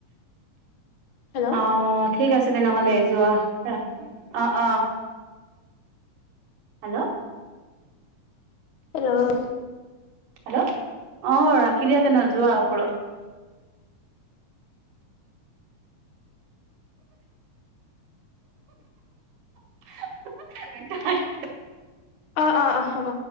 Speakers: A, on the left (about 65°); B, on the right (about 80°).
A: হেল্ল'
B: অ'। ঠিক আছে তেনেহ'লে যোৱা, ৰা, অ', অ'। হেল্ল'।
A: হেল্ল'।
B: হেল্ল' অ', ৰাখি দিয়া তেনে, যোৱা ওপৰত। <inaudible>
A: অ', অ', অ', হ'ব।